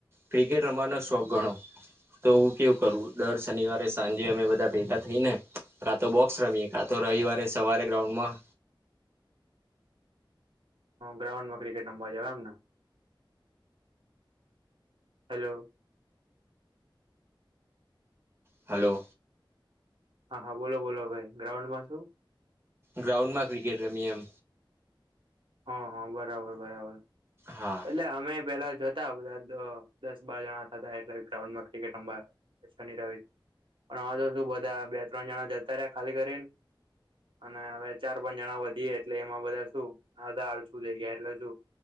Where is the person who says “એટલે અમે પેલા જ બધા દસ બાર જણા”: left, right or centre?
Right